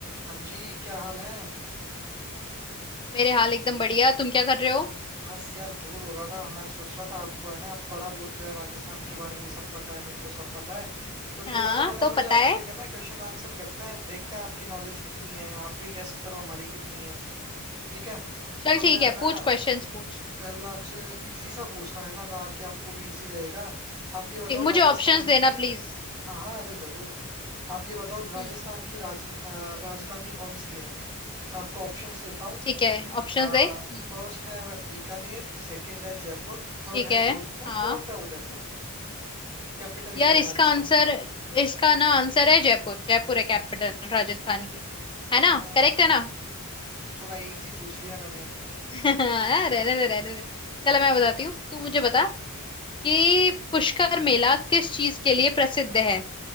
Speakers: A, on the right; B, on the left.
A: हाँ जी क्या हाल है
B: मेरे हाल एकदम बढ़िया तुम क्या कर रहे हो
A: बस यार बोर हो रहा था मैं सोच रहा था आपको है ना आप बड़ा बोलते हो यार राजस्थान के बारे में सब पता है मेरे को सब पता है तो छोटा
B: हाँ
A: सा मैंने
B: तो
A: सोचा
B: पता
A: आपसे
B: है
A: एक है ना क्वेश्चन आंसर करते हैं देखते हैं आपकी नॉलेज कितनी है आप भी टेस्ट करो हमारी कितनी है ठीक है
B: चल
A: तो
B: ठीक
A: मैं है
B: है
A: ना
B: पूछ क्वेश्चंस पूछ
A: पहला आपसे इजी सा पूछता हूं, है ना ताकि आपको भी इजी रहेगा आप ये बताओ
B: ठीक मुझे
A: राजस्थान
B: ऑप्शंस देना
A: की
B: प्लीज
A: हाँ हाँ अरे जरूर आप ये बताओ राजस्थान
B: हम्म
A: की राज, अ, राजधानी कौन सी है मैं आपको ऑप्शंस देता
B: ठीक है ऑप्शंस
A: आ,
B: दे हम्म
A: फर्स्ट है बीकानेर सेकंड है जयपुर थर्ड
B: ठीक
A: है
B: है
A: जोधपुर
B: हाँ
A: फोर्थ है उदयपुर कैपिटल
B: यार
A: क्या है
B: इसका
A: राजस्थान
B: आंसर
A: का
B: इसका ना आंसर है जयपुर जयपुर है कैपिटल राजस्थान की है
A: हम्म
B: ना करेक्ट है ना
A: थोड़ा इजी पूछ लिया मैंने
B: <laughs> हाँ, रहने दे रहने दे चलो मैं बताती हूँ तू मुझे
A: हम्म
B: बता कि पुष्कर मेला किस चीज के लिए प्रसिद्ध है